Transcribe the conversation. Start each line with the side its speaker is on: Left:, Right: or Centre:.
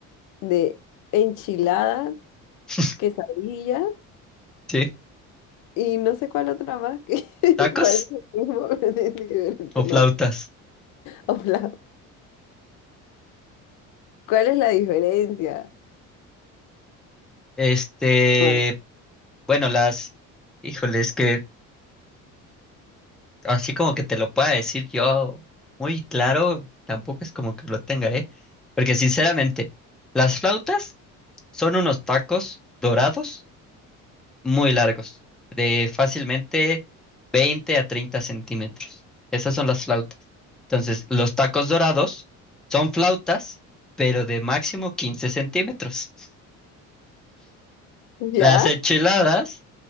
Left: de enchiladas
Centre: <laughs>
Left: quesadillas
Centre: Sí.
Left: y no sé cuál otra más que <laughs>
Centre: ¿Tacos
Left: parece lo mismo, <laughs> pero tiene diferente
Centre: o
Left: nombre.
Centre: flautas?
Left: O plato. ¿Cuál es la diferencia?
Centre: Este,
Left: No,
Centre: bueno, las, híjole, es que así como que te lo pueda decir yo muy claro, tampoco es como que lo tenga, ¿eh? Porque sinceramente, las flautas son unos tacos dorados muy largos, de fácilmente 20 a 30 centímetros. Esas son las flautas. Entonces, los tacos dorados son flautas, pero de máximo 15 centímetros.
Left: ¿Ya?
Centre: Las enchiladas